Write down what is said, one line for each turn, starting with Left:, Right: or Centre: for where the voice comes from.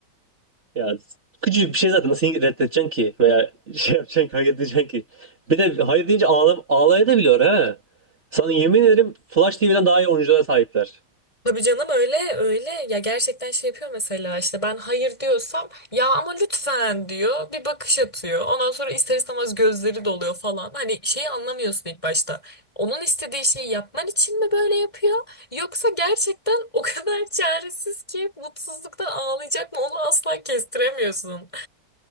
Right: Ya küçücük bir şey zaten nasıl reddedeceksin ki veya <laughs> şey yapacaksın kavga edeceksin ki. Bir de hayır deyince ağla, ağlayabiliyor ha. Sana yemin ederim Flash TV'den daha iyi oyunculara sahipler.
Left: Tabii canım öyle öyle ya gerçekten şey yapıyor mesela işte ben hayır diyorsam ya ama lütfen diyor bir bakış atıyor ondan sonra ister istemez gözleri doluyor falan hani şeyi anlamıyorsun ilk başta onun istediği şeyi yapman için mi böyle yapıyor yoksa gerçekten o <laughs> kadar çaresiz ki mutsuzluktan ağlayacak mı onu asla kestiremiyorsun.